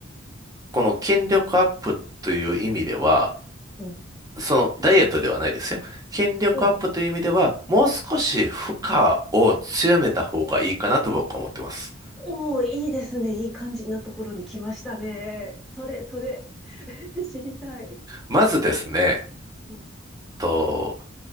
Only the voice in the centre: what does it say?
うん。
うん。
おおいいですね。いい感じなところに来ましたね。それ、それ、<laughs> 知りたい。
うん。